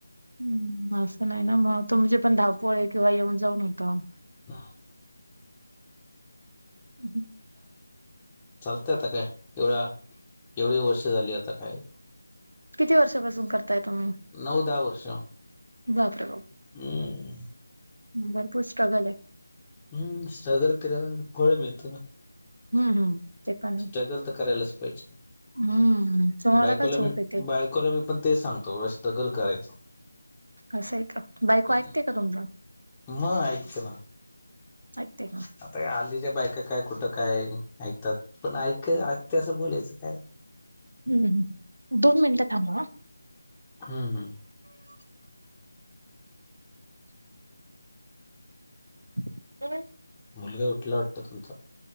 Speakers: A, on the right; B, on the left.
A: हम् असं नाही ना मग तो म्हणजे पण धावपोळे किंवा येऊन जाऊन होतं.
B: <inaudible>
A: हम्म.
B: आता काय एवढा एवढी वर्ष झाली आता काय.
A: किती वर्षापासून करताय तोम्ही.
B: नऊ दहा वर्ष.
A: बापरे भाऊ
B: हम
A: भरपूर स्ट्रगल आहे.
B: हम्म स्ट्रगल केल्यानं फळ मिळतं ना.
A: हम्म हम्म ते पण आहे.
B: स्ट्रगल तर करायलाच पाहिजे.
A: हम्म तुम्हाला
B: बायकोला
A: का झोप
B: मी
A: येते
B: बायकोला मी पण तेच सांगतो बाबा स्ट्रगल करायचं.
A: असं आहे का, बायको
B: हम्म
A: ऐकते का तुमचं?
B: मग ऐकते ना
A: ऐकते.
B: आता हल्लीच्या बायका काय कुठं काय ऐकतात पण ऐक ऐकते असं बोलायचं. काय
A: हम्म् दोन मिनिटं थांबा हा.
B: हम् हम्.
A: <unintelligible>
B: मुलगा उठला वाटतं तुमचा?